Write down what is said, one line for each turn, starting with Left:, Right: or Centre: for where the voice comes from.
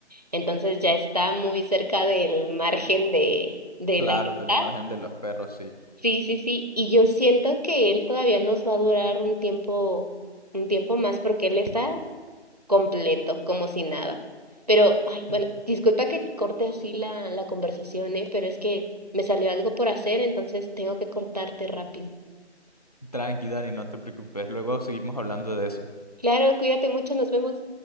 Right: Entonces ya está muy cerca del margen de, de
Left: Claro,
Right: la edad
Left: del margen de los perros, sí.
Right: Sí, sí, sí, y yo siento que él todavía nos va a durar un tiempo, un tiempo más porque él está completo, como si nada. Pero, ay, bueno,
Left: <laughs>
Right: disculpa que corte así la, la conversación, ¿eh? Pero es que me salió algo por hacer, entonces tengo que cortarte rápido.
Left: Tranqui, Dani, no te preocupes, luego seguimos hablando de eso.
Right: Claro, cuídate mucho, nos vemos.